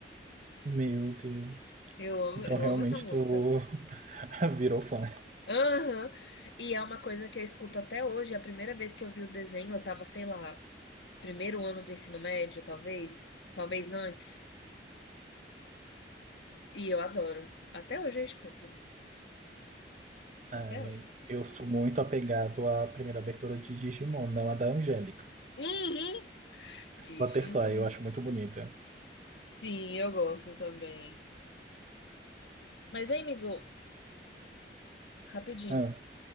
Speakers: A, on the right (about 40°); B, on the left (about 80°).
A: meu Deus.
B: Eu amo,
A: Então
B: eu
A: realmente
B: amo essa música.
A: tu <laughs> virou fã.
B: Aham. E é uma coisa que eu escuto até hoje. A primeira vez que eu vi o desenho, eu tava, sei lá. primeiro ano do ensino médio, talvez. Talvez antes. E eu adoro. Até hoje eu escuto. Até
A: Ai,
B: hoje.
A: eu sou muito apegado à primeira abertura de Digimon, não a da Angélica.
B: Uhum. Digimon.
A: Butterfly, eu acho muito bonita.
B: Sim, eu gosto também. Mas, hein, amigo, rapidinho.
A: Ah,